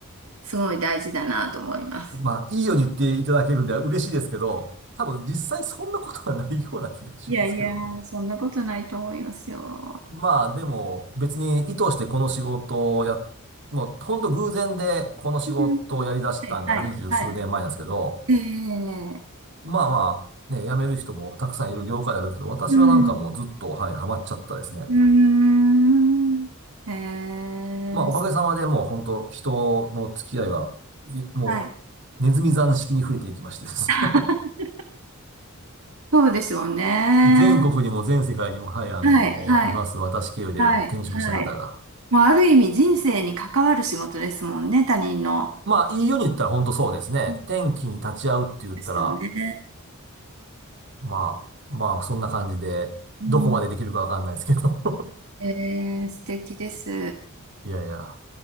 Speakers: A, on the right; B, on the right.
A: すごい大事だなと思います。
B: まあ、いいように言っていただけるんで嬉しいですけど、多分実際そんなことはないような気がしますけどね。
A: いやいや、そんなことないと思いますよ。
B: まあでも別に意図してこの仕事をや、もうほんと偶然でこの仕事をやり出したんが二十数年前なんですけど、
A: うんはい、はい、はい。ええ
B: まあまあね、辞める人もたくさんいる業界であるけど、私はなんかもうずっと、
A: うん。
B: はい、ハマっちゃったですね。
A: うーん。ええ
B: まあおかげさまでもう本当人の付き合いは、いもうネズミ算式に増えていきましてです。
A: はい。<laughs>
B: <laughs>
A: そうでしょうね。
B: 全国にも全世界にも、はい、あのいます。
A: はい、はい、
B: 私経由で転職した方が。
A: はい、はい。もうある意味人生に関わる仕事ですもんね、他人の。
B: まあ、いいように言ったら本当そうですね。
A: うん
B: 天気に立ち会うって言ったら、
A: ですよね。
B: まあ、まあ、そんな感じで、
A: うん
B: どこまでできるかわかんないですけど
A: ええ素敵です。
B: <laughs> いやいや。